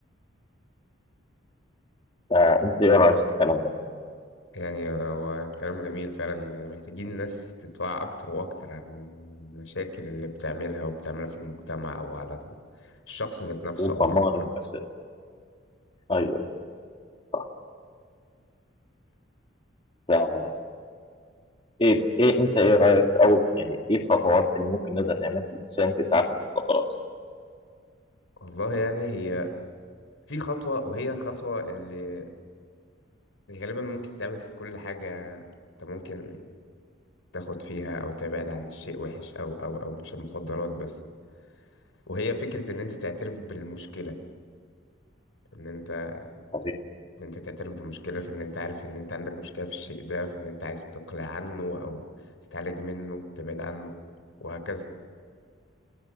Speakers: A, on the left (about 25°); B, on the left (about 75°).
A: فأنت إيه رأيك في الكلام ده؟
B: يعني هو كلام جميل فعلا يعني محتاجين الناس تتوعى أكتر وأكتر عن المشاكل اللي بتعملها وبتعملها في المجتمع وعلى الشخص ذات نفسه
A: وأنت
B: أو
A: مارد
B: الفرد
A: بس ايوه صح ف ايه ايه انت ايه رايك او يعني ايه الخطوات اللي ممكن نقدر نعملها للانسان في التعافي من المخدرات؟
B: <clears throat> والله يعني هي في خطوة وهي خطوة اللي يعني غالبا ممكن تتعمل في كل حاجة انت ممكن تاخد فيها او تبعد عن الشيء وحش او او او مش المخدرات بس وهي فكرة ان انت تعترف بالمشكلة ان انت
A: عظيم
B: ان انت تعترف بمشكلة في ان انت عارف ان انت عندك مشكلة في الشيء ده في ان انت عايز تقلع عنه او تتعالج منه تبعد عنه وهكذا